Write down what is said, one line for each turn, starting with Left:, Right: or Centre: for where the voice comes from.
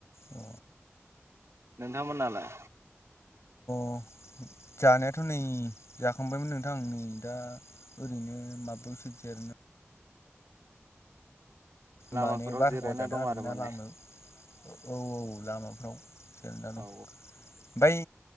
Left: औ।
Right: नोंथांमोननालाय?
Left: अ <unintelligible> जानायाथ' नै जाखांबायमोन नोंथां आं नै दा ओरैनो माबबायावसो जिरायना
Right: लामाफोराव
Left: माने बारहावा
Right: जिरायना
Left: जादों
Right: दं
Left: आरोना
Right: आरो माने
Left: लामायाव, औ औ लामायाव जिरायना दं।
Right: औ
Left: ओमफ्राय